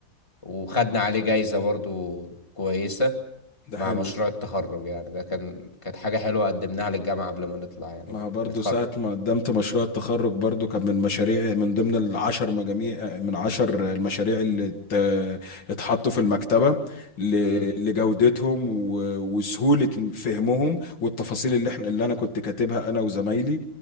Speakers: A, on the left; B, on the left.
A: وخدنا عليه جايزة برضو كويسة
B: ده
A: مع
B: حلو
A: مشروع
B: ده
A: التخرج يعني ده كان كانت حاجة حلوة قدمناها للجامعة قبل ما نطلع يعني
B: ما
A: منها
B: برضو
A: نتخرج
B: ساعة ما قدمت مشروع التخرج برضو كان من مشاريع من ضمن العشر مجاميع من عشر المشاريع اللي ات- اتحطوا في المكتبة ل-
A: امم
B: لجودتهم و- وسهولة فهمهم والتفاصيل اللي احنا اللي انا كنت كاتبها انا وزمايلي